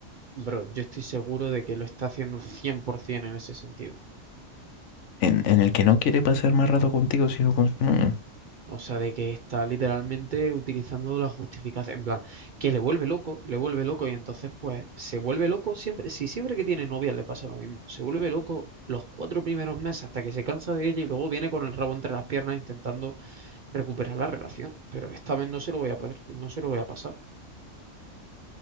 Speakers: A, on the right; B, on the left.
A: Bro, yo estoy seguro de que lo está haciendo 100% en ese sentido.
B: en, en el que no quiere pasar más rato contigo, sino con su novia.
A: O sea, de que está literalmente utilizando la justificación, en plan, que le vuelve loco, le vuelve loco y entonces pues se vuelve loco siempre, si siempre que tiene novia le pasa lo mismo, se vuelve loco los cuatro primeros meses hasta que se cansa de ella y luego viene con el rabo entre las piernas intentando recuperar la relación, pero esta vez no se lo voy a, pa- no se lo voy a pasar.